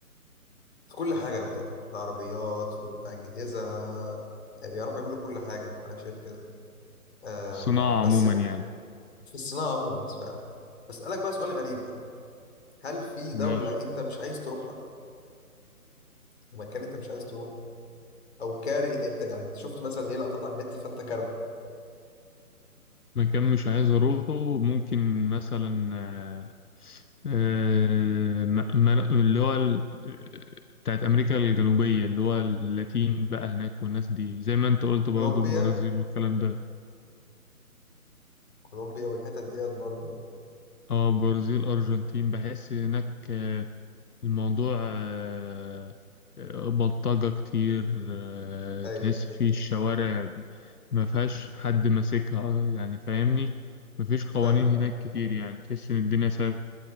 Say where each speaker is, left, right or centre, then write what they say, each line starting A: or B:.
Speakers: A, on the left (about 45°); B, on the left (about 80°).
A: في كل حاجة يعتبر في العربيات في الأجهزة آه، بيعرفوا يعملوا كل حاجة أنا شايف كده آه،
B: الصناعة
A: بس
B: عموما يعني
A: في الصناعة عموما فاهم بسألك بقى سؤال غريب بقى هل في دولة
B: ماشي
A: أنت مش عايز تروحها مكان أنت مش عايز تروحه أو كاره أنت يعني أنت شفت مثلا ليه لقطات على النت فأنت كاره
B: مكان مش عايز أروحه ممكن مثلا آه، آه، م- من- اللي هو ال- بتاعت أمريكا الجنوبية اللي هو اللاتين بقى هناك والناس دي زي ما أنت قلت برضو
A: كولومبيا
B: البرازيل والكلام ده
A: كولومبيا والحتت ديت برضو
B: اه برازيل ارجنتين بحس هناك آه، الموضوع آه، آه، بلطجة كتير آه،
A: أيوه
B: تحس فيه الشوارع ما فيهاش حد ماسكها آه، يعني فاهمني ما فيش قوانين
A: فاهمك
B: هناك
A: فاهم
B: كتير يعني تحس ان الدنيا سهلة